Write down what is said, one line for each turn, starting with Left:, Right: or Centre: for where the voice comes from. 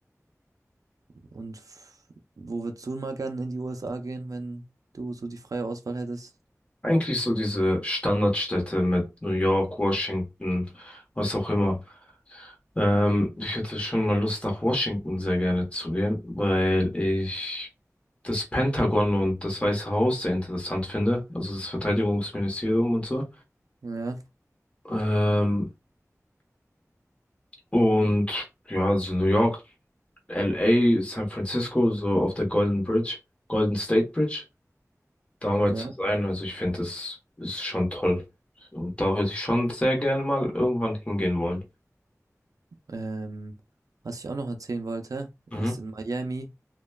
Right: Und f- wo würdest du mal gern in die USA gehen, wenn du so die freie Auswahl hättest?
Left: Eigentlich so diese Standardstädte mit New York, Washington, was auch immer. Ähm, ich hätte schon mal Lust, nach Washington sehr gerne zu gehen, weil ich das Pentagon und das Weiße Haus sehr interessant finde. Also das Verteidigungsministerium und so.
Right: Ja,
Left: Ähm, und ja, also New York. LA, San Francisco, so auf der Golden Bridge, Golden State Bridge, damals
Right: ja.
Left: zu sein. Also ich finde, das ist schon toll. Und da würde ich schon sehr gerne mal irgendwann hingehen wollen.
Right: Ähm, was ich auch noch erzählen wollte,
Left: Mhm.
Right: ist in Miami.